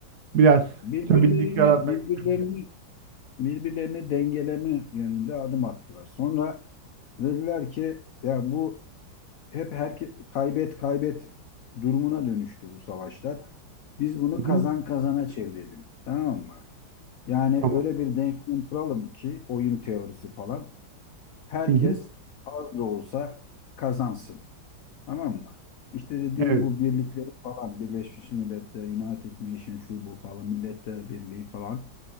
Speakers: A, on the right; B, on the left.
A: biraz
B: Birbirlerine
A: stabillik yaratmak
B: birbirlerini
A: için?
B: birbirlerini dengeleme yönünde adım attılar. Sonra dediler ki ya bu hep herke kaybet kaybet durumuna dönüştü bu savaşlar. Biz bunu
A: Hı
B: kazan
A: hı,
B: kazana çevirelim. Tamam mı? Yani
A: tamam.
B: öyle bir denklem kuralım ki oyun teorisi falan. Herkes
A: Hı hı,
B: az da olsa kazansın. Tamam mı? İşte dediğim
A: evet.
B: bu birlikleri falan Birleşmiş Milletler, United Nations şu bu falan Milletler Birliği falan